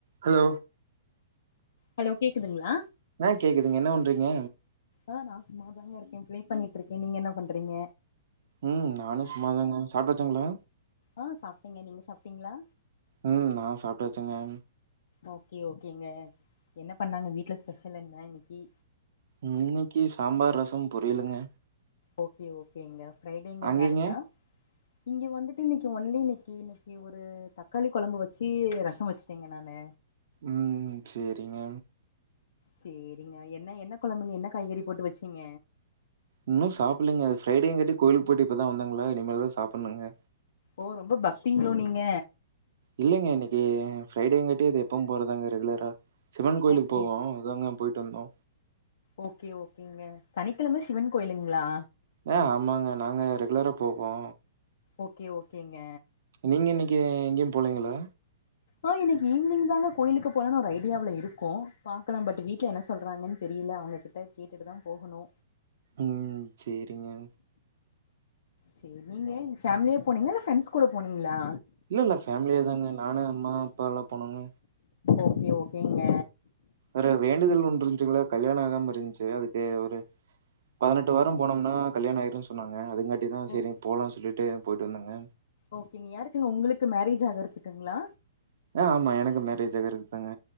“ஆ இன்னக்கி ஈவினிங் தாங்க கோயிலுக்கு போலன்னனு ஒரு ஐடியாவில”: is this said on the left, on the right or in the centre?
Left